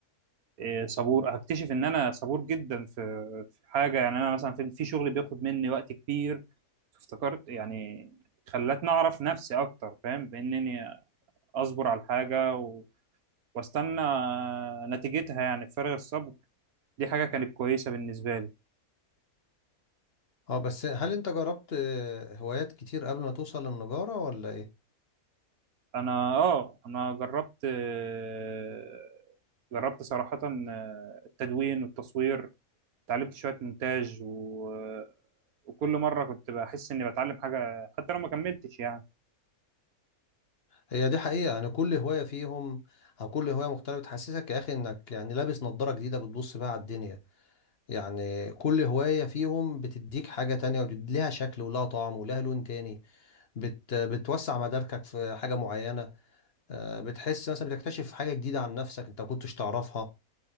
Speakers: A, on the right; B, on the left.
A: إيه، صبور هكتشف ان انا صبور جدا في في حاجه يعني انا مثلا في في شغل بياخد مني وقت كبير افتكرت يعني خلتني اعرف نفسي اكتر فاهم بانني اصبر على الحاجه و... واستنى نتيجتها يعني بفارغ الصبر دي حاجه كانت كويسه بالنسبه لي
B: اه بس هل انت جربت آه، هوايات كتير قبل ما توصل للنجارة ولا ايه
A: انا اه انا جربت آه، جربت صراحه آه، التدوين والتصوير اتعلمت شويه مونتاج و... وكل مره كنت بحس اني بتعلم حاجه حتى لو ما كملتش يعني
B: هي دي حقيقة يعني كل هواية فيهم او كل هواية مختلفة تحسسك يا اخي انك يعني لابس نظارة جديدة بتبص بيها على الدنيا يعني كل هواية فيهم بتديك حاجة تانية ولها شكل ولها طعم ولها لون تاني بت بتوسع مداركك في حاجة معينة آه، بتحس مثلا بتكتشف حاجة جديدة عن نفسك انت ما كنتش تعرفها